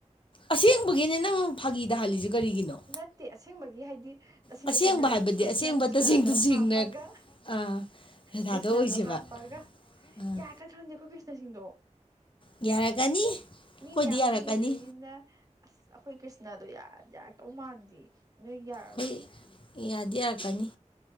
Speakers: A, on the left (about 45°); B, on the right (about 30°).
A: ꯑꯁꯦꯡꯕꯒꯤꯅꯦ ꯅꯪ ꯐꯥꯒꯤꯗꯍꯜꯂꯤꯁꯦ ꯀꯔꯤꯒꯤꯅꯣ
B: ꯅꯠꯇꯦ ꯑꯁꯦꯡꯕꯒꯤ ꯍꯥꯏꯗꯤ ꯇꯁꯦꯡ
A: ꯑꯁꯦꯡꯕ
B: ꯇꯁꯦꯡꯅ
A: ꯍꯥꯏꯕꯗꯤ
B: ꯀ꯭ꯔꯤꯁꯅ
A: ꯑꯁꯦꯡꯕ
B: ꯀ꯭ꯔꯤꯁꯅꯗꯣ
A: ꯇꯁꯦꯡ ꯇꯁꯦꯡꯅ
B: ꯍꯥꯞꯄꯒ
A: ꯑꯥ ꯔꯙꯥꯗꯣ
B: ꯀ꯭ꯔꯤꯁꯅꯗꯣ
A: ꯑꯣꯏꯁꯦꯕ
B: ꯍꯥꯞꯄꯒ
A: ꯑꯥ
B: ꯌꯥꯒꯗꯋꯣꯅꯦ ꯑꯩꯈꯣꯏ ꯀ꯭ꯔꯤꯁꯅꯁꯤꯡꯗꯣ
A: ꯌꯥꯔꯛꯀꯅꯤ ꯑꯩꯈꯣꯏꯗꯤ
B: ꯃꯤ ꯃꯌꯥꯝꯁꯨ
A: ꯌꯥꯔꯛꯀꯅꯤ
B: ꯌꯦꯡꯗꯣꯏꯅꯤꯅ ꯑꯁ ꯑꯩꯈꯣꯏ ꯀ꯭ꯔꯤꯁꯅꯗꯣ ꯌꯥꯔ ꯌꯥꯔꯛꯇꯧ ꯃꯥꯟꯗꯦ ꯅꯣꯏ ꯌꯥꯔꯁꯨ
A: ꯈꯣꯏ ꯌꯥꯗꯤ ꯌꯥꯔꯛꯀꯅꯤ